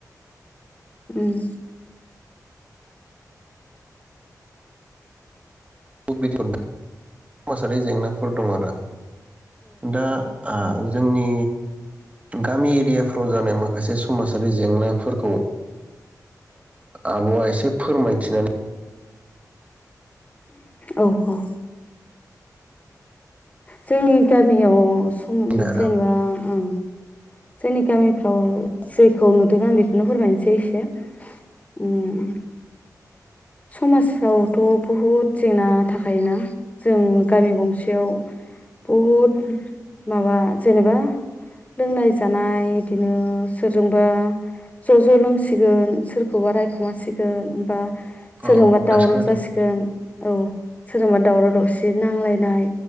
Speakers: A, on the left; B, on the right.
A: उम
B: बेनि अनगा समाजारि जेंनाफोर दं आरो दा जोंनि गामि एरियाफ्राव जानाय माखासे समाजारि जेंनाफोरखौ आब'आ एसे फोरमायथिनानै
A: औ औ जोंनि गामियाव जेनेबा
B: होयो आरो
A: ओम जोंनि गामिफ्राव जेखौ नुदों आं बेखौनो फोरमायनोसै एसे उम समाजावथ' बहुद जेंना थाखायोना जों गामि गंसेयाव बहुद माबा जेनेबा लोंनाय जानाय बिदिनो सोरजोंबा ज' ज' लोंसिगोन सोरखौबा रायखुमासिगोन बा
B: अ
A: सोरजोंबा दावराव
B: दासो खोनादों
A: जासिगोन औ सोरजोंबा दावराव दावसि मसे नांलायनाय